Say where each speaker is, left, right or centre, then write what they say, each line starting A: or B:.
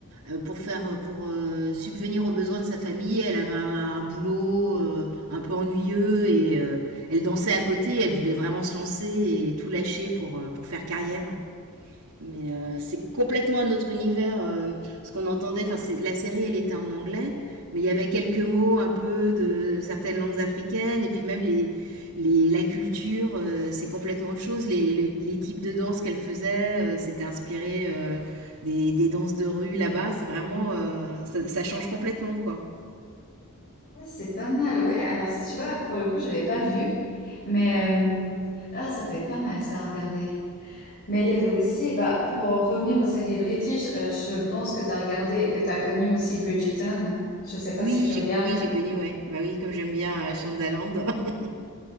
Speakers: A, on the right; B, on the left.
A: euh, pour faire euh, pour euh, subvenir aux besoins de sa famille. Elle avait un, un boulot euh, un peu ennuyeux et euh, elle dansait à côté. Elle voulait vraiment se lancer et tout lâcher pour euh, pour faire carrière. Mais euh, c'est complètement un autre univers. euh, ce qu'on entendait, enfin, la série, elle était en anglais, mais il y avait quelques mots un peu de certaines langues africaines, et puis même les, les, la culture, euh, c'est complètement autre chose. Les, les, les types de danse qu'elle faisait, euh, c'était inspiré euh, des, des danses de rue là-bas. C'est vraiment, euh, ça, ça change complètement, quoi.
B: ouais, c'est pas mal, ouais. Alors si tu vois pour le coup j'avais pas vu, mais euh, ah, ça peut être pas mal ça à regarder. Mais il y avait aussi, bah, pour en revenir aux séries british, euh, je pense que tu as regardé, que tu as connu aussi Bridgerton. Je sais pas
A: Oui,
B: si tu
A: j'ai,
B: regardes.
A: oui, j'ai connu, ouais. Bah oui, comme j'aime bien
B: Euh,
A: euh, Shondaland. <laughs>